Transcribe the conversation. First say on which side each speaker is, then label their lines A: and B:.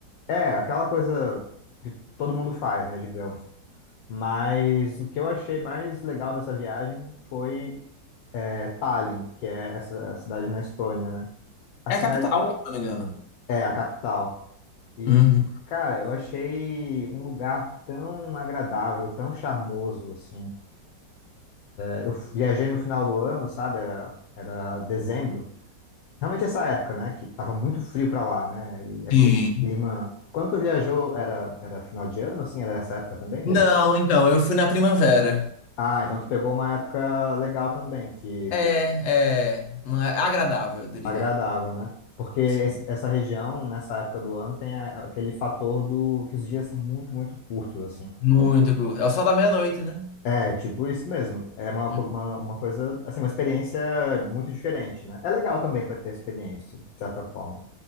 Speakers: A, on the left; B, on the left.
A: é aquela coisa todo mundo faz, né? Digamos. Mas o que eu achei mais legal dessa viagem foi é, Tallinn, que é essa a cidade na Estônia, né? A cidade
B: É a capital, se não me engano.
A: é, é a capital. E,
B: Uhum.
A: cara, eu achei um lugar tão agradável, tão charmoso, assim. É, Eu viajei no final do ano, sabe? Era, era dezembro. Realmente essa época, né? Que tava muito frio pra lá, né? E aquele
B: Sim.
A: clima... Quando tu viajou, era, era final de ano, assim? Era essa época também,
B: Não,
A: dezembro?
B: então, eu fui na primavera.
A: Ah, então tu pegou uma época legal também, que
B: É, é, uma- é agradável, eu diria.
A: agradável, né? Porque esse-
B: Sim,
A: essa região, nessa época do ano, tem a- aquele fator do que os dias são muito, muito curtos, assim.
B: Muito gostoso. É o sol da meia-noite, né?
A: É tipo isso mesmo. É uma,
B: Hum,
A: co- uma, uma coisa, assim, uma experiência muito diferente, né? É legal também para ter experiência, de certa forma.